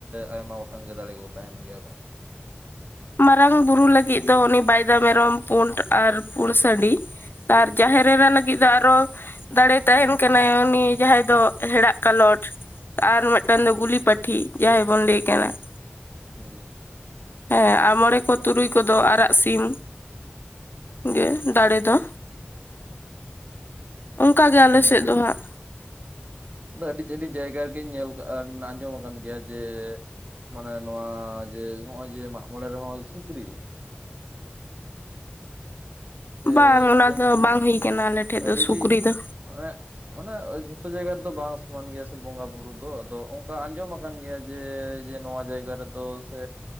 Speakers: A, on the right; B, on the left.
A: ᱟᱭᱢᱟ ᱜᱚᱴᱟᱝ ᱜᱮ ᱫᱟᱲᱮ ᱛᱟᱦᱮᱱ ᱜᱮᱭᱟ ᱠᱚ‌᱾
B: ᱢᱟᱨᱟᱝ ᱵᱩᱨᱩ ᱞᱟᱹᱜᱤᱫ ᱫᱚ ᱩᱱᱤ ᱵᱟᱭᱫᱟ ᱢᱮᱨᱚᱢ, ᱯᱩᱸᱰ, ᱟᱨ ᱯᱩᱸᱰ ᱥᱟᱺᱰᱤ? ᱟᱨ ᱡᱟᱦᱮᱨ ᱮᱨᱟ ᱞᱟᱜᱤᱫ ᱫᱚ ᱟᱨᱚ ᱫᱟᱲᱮ ᱛᱟᱦᱮᱱ ᱠᱟᱱᱟᱭ ᱩᱱᱤ ᱡᱟᱸᱦᱟᱸᱭ ᱫᱚ ᱦᱮᱲᱟᱜ ᱠᱟᱞᱚᱴ ᱾ ᱟᱨ ᱢᱤᱫᱴᱟᱝ ᱫᱚ ᱜᱩᱞᱤ ᱯᱟᱴᱷᱤ ᱡᱟᱸᱦᱟᱸᱭ ᱵᱚᱱ ᱞᱟᱹᱭᱮ ᱠᱟᱱᱟ ᱾
A: ᱦᱩᱸ ᱾
B: ᱦᱮᱸ ᱟᱨ ᱢᱚᱬᱮ ᱠᱚ ᱛᱩᱨᱩᱭ ᱠᱚᱫᱚ ᱟᱨᱟᱜ ᱥᱤᱢ ᱡᱮ ᱫᱟᱲᱮ ᱫᱚ ᱚᱱᱠᱟ ᱜᱮ
A: ᱟᱹᱰᱤᱱᱟ
B: ᱟᱞᱮ ᱥᱮᱫ
A: <inaudible>
B: ᱫᱚ ᱦᱟᱸᱜ
A: ᱟᱹᱰᱤᱡ ᱟᱹᱰᱤᱡ ᱡᱟᱭᱜᱟ ᱨᱮᱜᱤᱧ ᱧᱮᱞ ᱠᱟᱜᱼᱟ ᱟᱸᱡᱚᱢ ᱟᱠᱟᱱ ᱜᱮᱭᱟ ᱡᱮ, ᱢᱟᱱᱮ ᱱᱚᱣᱟ ᱡᱮ ᱦᱚᱸᱜᱼᱚᱭ ᱡᱮ ᱢᱟᱸᱜ ᱢᱚᱬᱮ ᱨᱮᱦᱚᱸ ᱥᱩᱠᱨᱤ᱾ ᱥᱮ
B: ᱵᱟᱝ ᱚᱱᱟ
A: ᱰᱟᱹᱝᱨᱤ
B: ᱫᱚ ᱵᱟᱝ ᱦᱩᱭ ᱠᱟᱱᱟ ᱟᱞᱮ ᱴᱷᱮᱡ
A: ᱟᱹᱰᱤ
B: ᱫᱚ
A: ᱟᱹᱰᱤ
B: ᱥᱩᱠᱨᱤ ᱫᱚ
A: ᱢᱟᱱᱮ ᱢᱟᱱᱮ ᱡᱷᱚᱛᱚ ᱡᱟᱭᱜᱟ ᱨᱮᱫᱚ ᱵᱟᱝ ᱥᱚᱢᱟᱱ ᱜᱮᱭᱟ ᱥᱮ ᱵᱚᱸᱜᱟ ᱵᱩᱨᱩ ᱫᱚ, ᱟᱫᱚ ᱚᱝᱠᱟ ᱟᱸᱡᱚᱢ ᱟ ᱠᱟᱱ ᱜᱮᱭᱟ ᱡᱮ, ᱡᱮ ᱱᱚᱣᱟ ᱡᱟᱭᱜᱟ ᱨᱮᱫᱚ ᱥᱮ